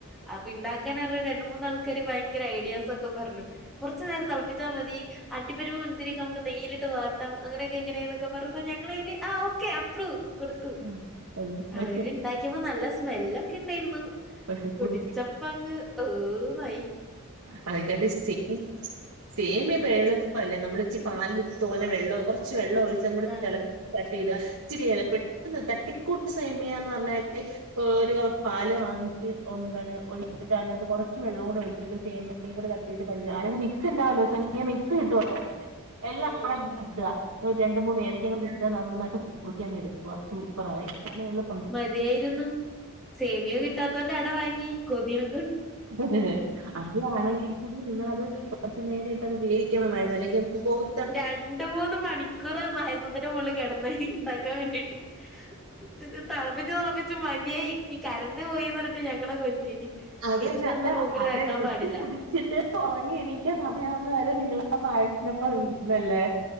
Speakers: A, in the centre; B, on the right (about 75°).
A: അപ്പ ഇണ്ടാക്കാനറീണ രണ്ട് മൂന്നാൾക്കാര് ഭയങ്കര ഐഡിയാസൊക്കെ പർഞ്ഞു കൊറച്ച് നേരം തളപ്പിച്ചാ മതി. അണ്ടിപ്പരിപ്പ്, മുന്തിരിക്കെ നമുക്ക് നെയ്യിലിട്ട് വാട്ടാം അങ്ങനെയക്കെ ഇങ്ങനേന്നൊക്കെ പറഞ്ഞപ്പോ ഞങ്ങളയ്ന് ആ ഓക്കെ അപ്പ്റൂ. കൊടുത്തു
B: ആഹ് പക്ഷെ
A: അവര് ഇണ്ടാക്കിയപ്പം നല്ല സ്മെല്ലൊക്കെണ്ടായിരുന്നു.
B: പക്ഷെ
A: കുടിച്ചപ്പങ്ങ്
B: കുടിച്ച്
A: ഓഹ് ന്നായി.
B: ഭയങ്കര <unintelligible> സേമിയപ്പോ എളുപ്പല്ലേ നമ്മളച്ചി പാലിൽ തോനെ വെള്ളം കൊറച്ച് വെള്ളം ഒഴിച്ച് അങ്ങോട്
A: ആഹ്.
B: തെള തെ <unintelligible> പെട്ടെന്ന് തട്ടിക്കൂട്ട് സേമിയാന്നറഞ്ഞാല് ഓരോ പാല് വാങ്ങിച്ച് ഒം ന്താണ് ഒഴിച്ചിട്ട് അതിനകത്ത് കൊറച്ച് വെള്ളവും ഒഴിച്ചിട്ട് സേമി കൂടി തട്ടീട്ട് പഞ്ചാര മിക്സ്ണ്ടാവല്ലോ സേമിയ മിക്സ് കിട്ടോല്ലോ അങ്ങനെ എല്ലാം
A: ഉം.
B: <unintelligible> തട്ട ഒര് രണ്ട്, മൂന്ന് ഏലക്കെം ട്ട് നന്നായിട്ട് കുറുക്കി അങ്ങ് എടുക്ക സൂപ്പറായി ഇതാണെള്
A: മതിയായിരുന്നു സേമിയേ കിട്ടാത്തോന്റെ അട വാങ്ങി കൊതിനൊ
B: ആഹ് അത് ആണെങ്കിൽ കൂടി നിങ്ങളത് കൊറച്ച് നേരട്ടത് വേവിക്കണമായിരുന്നു അല്ലെങ്കിൽ <unintelligible> കോവ്
A: രണ്ട്, മൂന്ന് മണിക്കൂറാ പായസത്തിന്റെ മോളി കടന്ന്. ടി ഇണ്ടാക്കാൻ വേണ്ടിട്ട് ഇത് തളപ്പിച്ച് തളപ്പി ച്ച് മതിയായി ഇനി കറണ്ട് പോയീ പറഞ്ഞിട്ട് ഞങ്ങളെ കൊല്ലേന്.
B: അത്
A: കെറ്റിലൊന്നും
B: നല്ല
A: റൂമിൽ
B: അത്
A: വെക്കാൻ പാടില്ല
B: എട്ത്ത് കുടിച്ചിട്ട് ഒറങ്ങി എണീക്കാ സമയാവുന്ന വരെ നിങ്ങളാ പായസനൊപ്പം നിന്നല്ലേ?